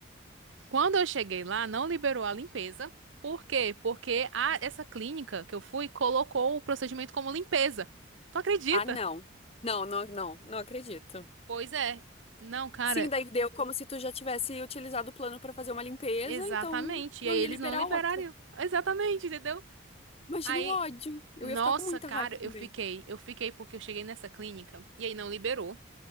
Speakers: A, on the right; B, on the left.
A: Quando eu cheguei lá, não liberou a limpeza. Por quê? Porque a, essa clínica que eu fui colocou o procedimento como limpeza. Tu acredita?
B: Ah, não. Não, não, não, não acredito.
A: Pois é. Não, cara,
B: Sim, daí deu como se tu já tivesse utilizado o plano pra fazer uma limpeza,
A: exatamente.
B: então não
A: E aí eles
B: ia liberar
A: não liberariam.
B: outra.
A: Exatamente, entendeu?
B: Imagina
A: Aí,
B: o ódio. Eu
A: nossa,
B: ia ficar com muita
A: cara,
B: raiva também.
A: eu fiquei. Eu fiquei porque eu cheguei nessa clínica e aí não liberou.